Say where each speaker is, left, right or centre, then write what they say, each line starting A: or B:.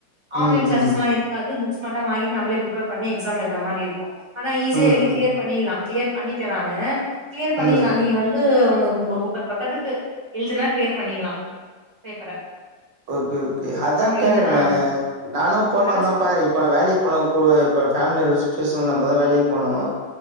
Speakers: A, on the right (about 20°); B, on the right (about 85°).
A: ஆன்லைன்
B: ம் ம்
A: கிளாஸஸ்
B: ம்
A: எல்லா இருக்காது புக்ஸ் மட்டு வாங்கிட்டு நம்ளே பிரிப்பர் பண்ணி எக்ஸாம் எழுதுதர மாரி இருக்கு ஆனா ஈஸியா
B: ம்
A: எழுதி கிளியர் பண்ணிலா கிளியர் பண்ணிட்டே நானு கிளியர்
B: ம்
A: பண்ணிடலாம்
B: ம்
A: நீ வந்து ஒரு மு ஒரு முப்பது பக்கத்துக்கு எழுதுனா கிளியர் பண்ணிடலாம் பேப்பர
B: ஓகே ஓகே அதான்
A: நம்ம
B: கேக்கறே
A: என்ன ஆ
B: நானு நானும் போலாம்
A: கரஸ்
B: தான் பாக்கறே இப்ப வேலைக்கு போன போ இப்ப ஃபேமிலி இருக்கற சுச்சுவேஷன்ல நம்ப தா வேலைக்கு போனும்